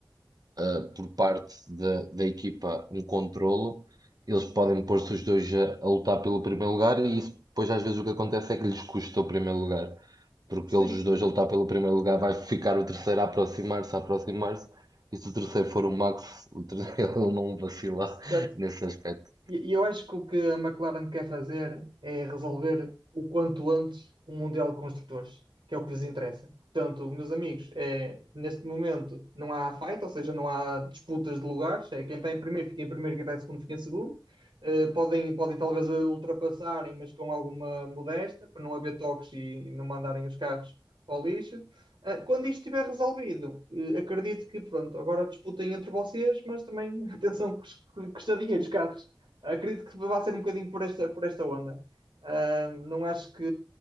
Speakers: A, on the right (about 55°); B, on the right (about 85°).
A: ah, por parte da, da equipa um controlo, eles podem pôr-se os dois a, a lutar pelo primeiro lugar e isso depois às vezes o que acontece é que lhes custa o primeiro lugar, porque
B: Sim,
A: eles os dois a lutar pelo primeiro lugar vai ficar o terceiro a aproximar-se, a aproximar-se, e se o terceiro for o Max, o terceiro <laughs> ele não vacila
B: certo,
A: nesse aspecto.
B: E, e eu acho que o que a McLaren quer fazer é resolver o quanto antes o Mundial de Construtores, que é o que lhes interessa. Portanto, meus amigos, é, neste momento não há fight, ou seja, não há disputas de lugares. É, quem está em primeiro fica em primeiro, quem está em segundo fica em segundo. Eh, podem, podem talvez eh, ultrapassarem, mas com alguma modéstia, para não haver toques e não mandarem os carros ao lixo. Ah, quando isto estiver resolvido, eh, acredito que, pronto, agora disputem entre vocês, mas também, <laughs> atenção, que cus- custa dinheiro os carros. Acredito que vai ser um bocadinho por esta, por esta onda. Ah, não acho que